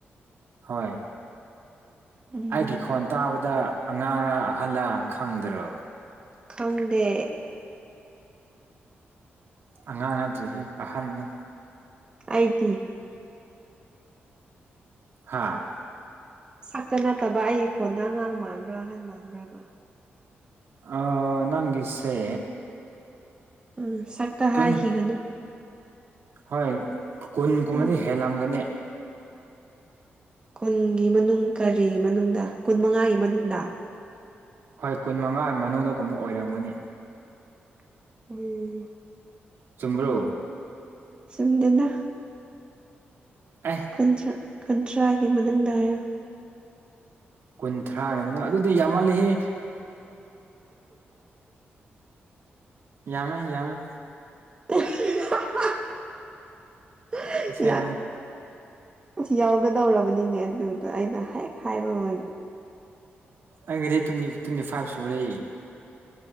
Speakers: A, on the right (about 70°); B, on the right (about 25°).
A: ꯍꯣꯏ
B: ꯎꯝ
A: ꯑꯩꯒꯤ ꯈꯣꯟ ꯇꯥꯕꯗ ꯑꯉꯥꯡꯔ ꯑꯥꯍꯜꯂ ꯈꯪꯗ꯭ꯔꯣ
B: ꯈꯪꯗꯦ
A: ꯑꯉꯥꯡ ꯅꯠꯇ꯭ꯔꯦꯍꯦ ꯑꯍꯟꯅꯦ
B: ꯑꯩꯗꯤ
A: ꯍꯥꯥ
B: ꯁꯛꯇ ꯅꯠꯇꯕ ꯑꯩꯒꯤ ꯈꯣꯟꯗ ꯑꯉꯥꯡ ꯃꯥꯟꯕ꯭ꯔꯥ ꯑꯍꯟ ꯃꯥꯟꯕ꯭ꯔꯕ
A: ꯑꯥ ꯅꯪꯒꯤꯁꯦ
B: ꯎꯝ ꯁꯛꯇ
A: ꯇꯨꯟ
B: ꯍꯥꯏꯈꯤꯒꯅꯨ
A: ꯍꯣꯏ ꯀꯨꯟ ꯀꯨꯝꯕꯗꯤ
B: ꯎꯝ
A: ꯍꯦꯜꯂꯝꯒꯅꯤ
B: ꯀꯨꯟꯒꯤ ꯃꯅꯨꯡ ꯀꯔꯤ ꯃꯅꯨꯡꯗ ꯀꯨꯟ ꯃꯉꯥꯒꯤ ꯃꯅꯨꯡꯗ
A: ꯍꯣꯏ ꯀꯨꯟ ꯃꯉꯥꯒꯤ ꯃꯅꯨꯡꯗ ꯀꯨꯝꯕ ꯑꯣꯏꯔꯝꯒꯅꯤ
B: <unintelligible>
A: ꯆꯨꯝꯕ꯭ꯔꯣ
B: ꯆꯨꯝꯗꯦꯗ
A: ꯑꯦ
B: ꯨꯀꯨꯟꯊ꯭ꯔꯥ ꯀꯨꯟꯊ꯭ꯔꯥꯒꯤ ꯃꯅꯨꯡꯗ ꯍꯥꯏꯌꯨ
A: ꯀꯨꯟꯊ꯭ꯔꯥꯒꯤ ꯃꯅꯨꯡ ꯑꯗꯨꯗꯤ ꯌꯥꯝꯃꯜꯂꯤꯍꯦ ꯌꯥꯝꯃꯦ ꯌꯥꯝꯃꯦ
B: <unintelligible> <unintelligible>
A: ꯑꯁꯦꯡꯕꯅꯦ
B: ꯑꯁ ꯌꯥꯎꯒꯗꯧꯔꯕꯅꯤꯅꯦ ꯑꯗꯨꯗ ꯑꯩꯅ ꯍꯦꯛ ꯍꯥꯏꯕꯃ
A: ꯑꯩꯒꯤꯗꯤ ꯇꯨꯗꯤ ꯇꯨꯡꯗꯤ ꯐꯥꯏꯕ ꯁꯨꯔꯦ